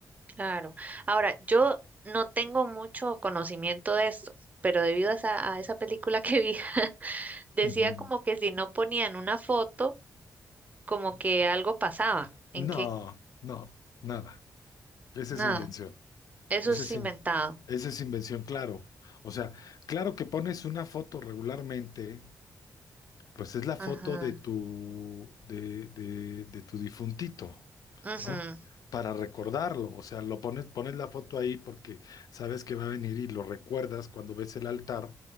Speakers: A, on the right; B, on the left.
A: claro. Ahora, yo no tengo mucho conocimiento de esto, pero debido a esa, a esa película que vi, <laughs> decía
B: Ujú.
A: como que si no ponían una foto, como que algo pasaba,
B: No,
A: en que
B: no, nada. Esa
A: nada,
B: es invención.
A: eso
B: Esa
A: es
B: es,
A: inventado.
B: in- esa es invención, claro. O sea, claro que pones una foto regularmente Pues es la foto
A: Ajá.
B: de tu, de, de, de tu difuntito,
A: mhm
B: ¿no? Para recordarlo, o sea, lo pones, pones la foto ahí porque sabes que va a venir y lo recuerdas cuando ves el altar